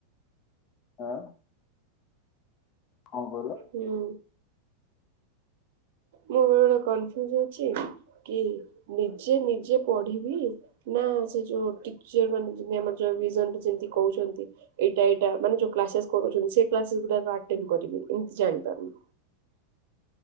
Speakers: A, on the left; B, on the right.
A: ଆଁ କଣ କଇଲ?
B: ହୁଁ। ମୁଁ ବେଳେବେଳେ କନଫ୍ୟୁଜ ଅଛି କି ନିଜେ ନିଜେ ପଢିବି ନା ସେ ଯୋଉ ଟିଚର ମାନେ <unintelligible> ଭିଜନରେ ଯେମତି କହୁଛନ୍ତି ଏଇଟା ଏଇଟା ମାନେ ଯୋଉ କ୍ଳସେସ କରୁଛନ୍ତି ସେ କ୍ଲାସ୍ ଗୁଡାକ ଆଟେଣ୍ଡ କରିବି ଏମିତି ଜାଣିପାରୁନି।